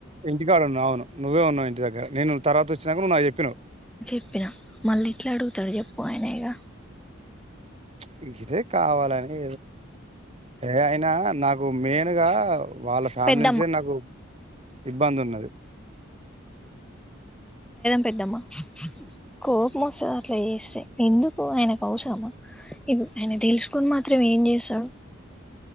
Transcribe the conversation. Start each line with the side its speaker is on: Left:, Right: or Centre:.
Right: ఇంటికాడున్న అవ్ను నువ్వే ఉన్నావు ఇంటి దగ్గ నేను తర్వాత వచ్చినా నువ్వు నాక్ చెప్పినవ్
Centre: చెప్పిన మళ్ళీ ఇట్లా అడుగుతాడ్ చెప్పు ఆయన ఇగ
Right: <unintelligible> కావాలని ఎ అయినా నాకు మెయిన్గా వాళ్ళ ఫ్యామిలీ
Centre: పెద్దమ్మ
Right: నుంచే నాకు ఇబ్బంద్ ఉన్నది
Centre: పెద్దమ్మా కోపం వస్తాద్ అట్లా చేస్తే ఎందుకు ఆయనక్ ఆవ్శ్రమ ఇవి ఆయన తెలుసుకొన్ మాత్రం ఏం చేస్తాడు